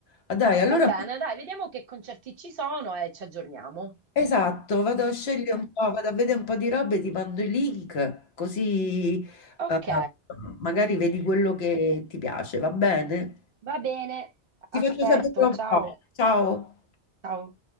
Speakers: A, on the left (about 65°); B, on the right (about 60°).
A: Ah, dai, allora...
B: Va bene, dai, vediamo che concerti ci sono e ci aggiorniamo.
A: Esatto, vado a scegliere
B: Ok.
A: un po', vado a vedere un po' di robe, ti mando i link, così
B: Ok,
A: eh, magari vedi quello che ti piace, va bene?
B: Va bene, aspetto,
A: Ti faccio sapere un
B: ciao.
A: po'. Ciao.
B: Ciao.